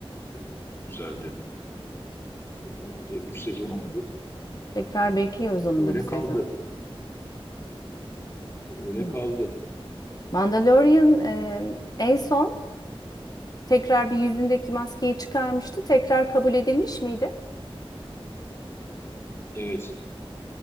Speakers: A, on the left (about 25°); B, on the left (about 40°).
A: e, güzeldi. E, O da 3 sezon oldu.
B: Tekrar bekliyoruz onun
A: Öyle
B: da bir sezon.
A: kaldı. Öyle
B: Hmm.
A: kaldı.
B: Mandalorian e, en son tekrar bir yüzündeki maskeyi çıkarmıştı. Tekrar kabul edilmiş miydi?
A: Evet.